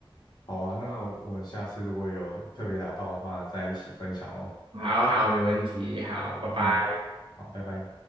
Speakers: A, on the left (about 50°); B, on the right (about 60°).
A: 好啊，那我们下次如果有特别聊到的话，再一起分享哦。
B: 好好，没问题，好，拜拜。
A: 嗯，好，拜拜。